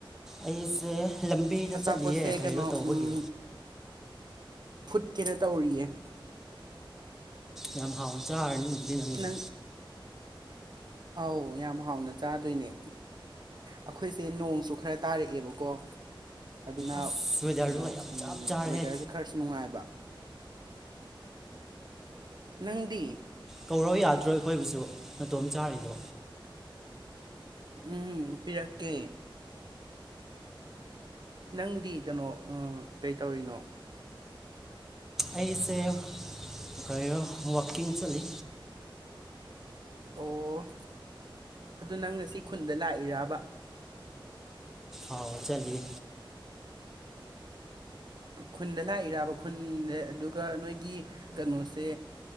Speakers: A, in the centre; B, on the right.
A: ꯑꯩꯁꯦ ꯂꯝ ꯕꯦꯗ
B: ꯑꯆꯥꯄꯣꯠꯁꯦ
A: ꯆꯠꯂꯤꯌꯦꯦ ꯀꯔꯤꯅꯣ
B: ꯀꯩꯅꯣ
A: ꯇꯧꯕꯒꯤ
B: ꯎꯝ ꯐꯨꯠꯀꯦꯅ ꯇꯧꯔꯤꯌꯦ
A: ꯌꯥꯝ ꯍꯥꯎꯅ ꯆꯥꯔꯅꯤꯕꯗꯤ ꯅꯪꯗꯤꯦ
B: ꯅꯪ ꯑꯧ ꯌꯥꯝ ꯍꯥꯎꯅ ꯆꯥꯗꯣꯏꯅꯦ ꯑꯩꯈꯣꯏꯁꯦ ꯅꯣꯡꯁꯨ ꯈꯔ ꯇꯥꯔꯛꯑꯦꯕꯀꯣ ꯑꯗꯨꯅ
A: ꯑꯁ ꯋꯦꯗꯔꯗꯨꯒ
B: ꯀꯩꯅꯣ
A: ꯌꯥꯝ ꯆꯞ ꯆꯥꯔꯦꯍꯦ
B: ꯋꯦꯗꯔꯁꯦ ꯈꯔꯁꯨ ꯅꯨꯡꯉꯥꯏꯕ ꯅꯪꯗꯤ
A: ꯀꯧꯔꯧ ꯌꯥꯗ꯭ꯔꯣ ꯑꯩꯈꯣꯏꯕꯨꯁꯨ ꯃꯇꯇꯣꯝ ꯆꯥꯔꯤꯗꯣ
B: ꯎꯝ ꯄꯤꯔꯛꯀꯦ ꯅꯪꯗꯤ ꯀꯩꯅꯣ ꯀꯩꯇꯧꯔꯤꯅꯣ
A: ꯑꯩꯁꯦ ꯀꯣ ꯋꯥꯛꯀꯤꯡ ꯆꯠꯂꯤ
B: ꯑꯣ ꯑꯗꯨ ꯅꯪ ꯉꯁꯤ ꯈꯨꯟꯗ ꯂꯥꯛꯏꯔꯕ
A: ꯑꯥꯎ ꯆꯂꯤꯦ
B: ꯈꯨꯟꯗ ꯂꯥꯛꯏꯔꯕ ꯈꯨꯟꯗ ꯑꯗꯨꯒ ꯅꯣꯏꯒꯤ ꯀꯩꯅꯣꯁꯦ